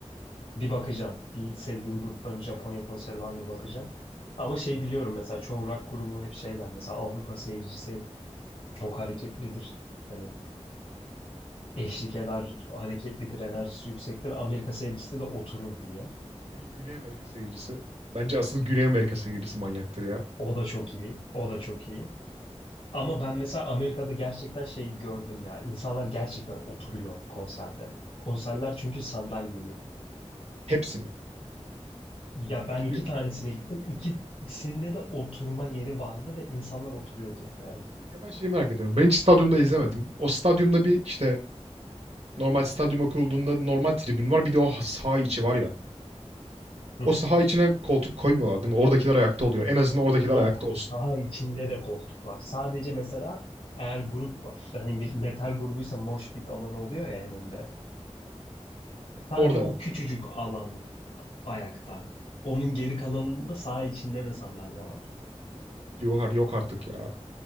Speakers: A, on the left (about 65°); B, on the right (about 65°).
A: Bir bakacağım. Bir sevdiğim grupların Japonya konseri var mı bakacağım. Ama şey biliyorum mesela çoğu rock grubu hep şeyler. Mesela Avrupa seyircisi çok hareketlidir. Hani eşlik eder, hareketlidir, enerjisi yüksektir. Amerika sevgisi de oturur diye.
B: Peki Güney Amerika seyircisi? Bence asıl Güney Amerika seyircisi manyaktır ya.
A: O da çok iyi, o da çok iyi. Ama ben mesela Amerika'da gerçekten şey gördüm ya. İnsanlar gerçekten oturuyor konserde. Konserler çünkü sandalyeli.
B: Hepsi mi?
A: Ya ben
B: Tüyo.
A: iki tanesine gittim. İkisinde de oturma yeri vardı ve insanlar oturuyordu. Evet.
B: Ya ben şeyi merak ediyorum. Ben hiç stadyumda izlemedim. O stadyumda bir işte normal stadyuma kurulduğunda normal tribün var. Bir de o ha- saha içi var ya.
A: Hı
B: O
A: hı.
B: saha içine koltuk koymuyorlar değil mi? Oradakiler ayakta oluyor. En azından oradakiler
A: Yok.
B: ayakta olsun.
A: Daha içinde de koltuk var. Sadece mesela eğer grup var. Hani bir metal grubuysa mosh pit alanı oluyor ya en önde. Sadece
B: Orada
A: o
B: yok.
A: küçücük alan ayakta. Onun geri kalanında sağ içinde de sandalye var.
B: Yok, yok artık ya.